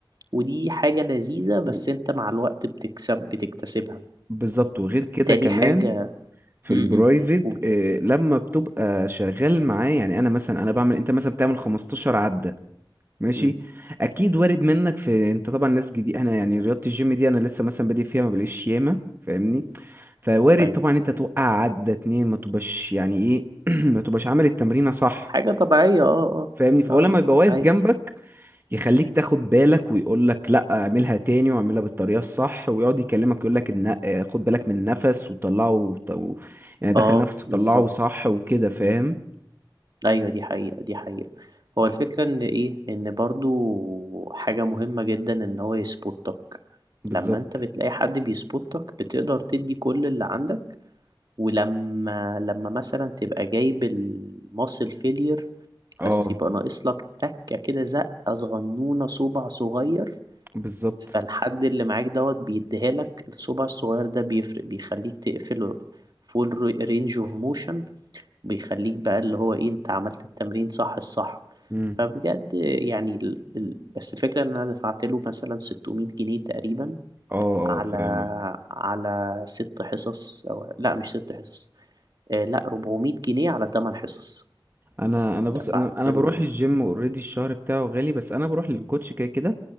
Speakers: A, on the right; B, on the right.
A: ودي حاجة لذيذة بس
B: و-
A: انت مع الوقت بتكسب بتكتسبها
B: بالظبط وغير كده
A: تاني
B: كمان
A: حاجة
B: في
A: امم
B: البرايفت
A: قول
B: آه، لما بتبقى شغال معاه يعني انا مثلا انا بعمل انت مثلا بتعمل 15 عدة ماشي
A: امم
B: اكيد وارد منك في انت طبعا ناس جديد انا يعني رياضه الجيم دي انا لسه مثلا بادئ فيها ما بلاقيش ياما فاهمني فوارد
A: ايوه
B: طبعا انت توقع عدة اتنين ما تبقاش يعني ايه <clears throat> ما تبقاش عامل التمرينه صح
A: حاجة طبيعية اه
B: فاهمني
A: اه
B: فهو
A: اه
B: لما يبقى واقف
A: عادي
B: جنبك يخليك تاخد بالك ويقول لك لا اعملها تاني واعملها بالطريقه الصح ويقعد يكلمك يقول لك ان آه، خد بالك من النفس وطلعه وط- و... يعني دخل
A: اه
B: نفس وطلعه
A: بالظبط
B: صح وكده فاهم
A: ايوه دي حقيقة دي حقيقة هو الفكرة ان ايه ان برضو حاجة مهمة جدا ان هو يسبوتك
B: بالظبط
A: لما انت بتلاقي حد بيسبوتك بتقدر تدي كل اللي عندك ولما لما مثلا تبقى جايب الماسل فيلير
B: اه
A: بس يبقى ناقص لك تكة كده زقة صغنونة صبع صغير
B: بالظبط
A: فالحد اللي معاك دوت بيديها لك الصبع الصغير ده بيفرق بيخليك تقفل فول رينج اوف موشن بيخليك بقى اللي هو ايه انت عملت التمرين صح الصح
B: مم.
A: فبجد يعني ال... ال... بس الفكرة ان انا دفعت له مثلا 600 جنيه تقريبا
B: اه اه
A: على
B: فاهمك
A: على ست حصص او لا مش ست حصص آه لا 400 جنيه على 8 حصص
B: انا انا بص
A: دفعت
B: انا انا بروح
A: له
B: الجيم اوريدي الشهر بتاعه غالي بس انا بروح للكوتش
A: م-
B: كده كده